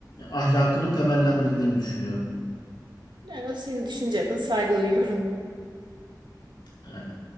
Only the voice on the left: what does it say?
ahlakını temellendirdiğini düşünüyorum.
Yani.